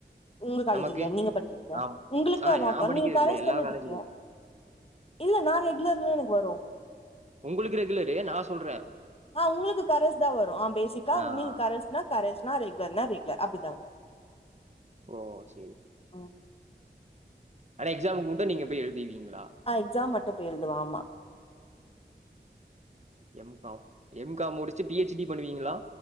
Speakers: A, on the left; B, on the right.
A: ஒங்க காலேஜ்லையா
B: நமக்கு?
A: நீங்க படிகறதா
B: ஆம்.
A: ஒங்குளுக்கு
B: ஆ
A: அப
B: நான் படிக்கிறது
A: நீங்க கரஸ்
B: இல்ல. எல்லா
A: தான எடுத்ருக்கீங்க
B: காலேஜ்லயும்.
A: இல்ல நா ரெகுலர்லதா எனக் வரு
B: உங்குளுக்கு ரெகுலரு நா சொல்றே
A: அ உங்களுக்கு கரஸ்தா வரு அ பேசிக்கா
B: ஆ,
A: உங்களுக்கு
B: ஆ.
A: கரஸ்னா கரஸ்னா ரெகுலர்னா ரெகுலர் அப்டிதா வரு
B: ஓ சேரி சேரி
A: ம்
B: ஆனா எக்ஸாமு மட்டு நீங்க போய் எழுதிவீங்களா
A: அ எக்ஸா மட்டு போய் எழுதுவ ஆமா
B: எம் காம் எம் காம் முடிச்சு பி ஹெச் டி பண்ணுவீங்களா